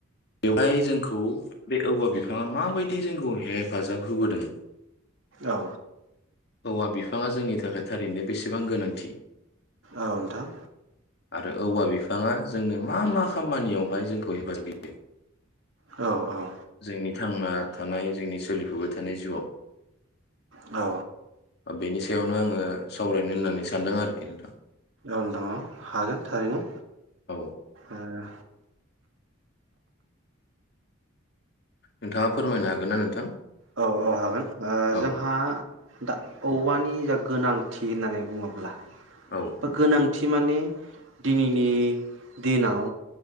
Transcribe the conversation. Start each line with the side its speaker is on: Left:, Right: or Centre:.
Left: बेवहाय जोंखौ बे औवा बिफाङा माबायदि जोंखौ हेफाजाब होबोदों
Right: औ
Left: औवा बिफाङा जोंनि थाखाय थारैनो बेसेबां गोनांथि?
Right: औ नोंथां
Left: आरो औवा बिफाङा जोंनो मा मा खामानियावहाय जोंखौ हेफाजाब होयो
Right: औ औ
Left: जोंनि थांना थानाय जोंनि सोलिफुबाय थानाय जिउआव
Right: औ।
Left: बेनि सायावनो आङो सावरायनो होननानै सानदों आरोखि नोंथां।
Right: औ दङ हागोन थारैनो
Left: औ
Right: ओ
Left: नोंथाङा फोरमायनो हागोन ना नोंथां?
Right: औ औ हागोन ओ
Left: औ
Right: जोंहा दा औवानि गोनांथि होननानै बुङोब्ला। गोनां
Left: औ
Right: गोनांथि माने दिनैनि दिनाव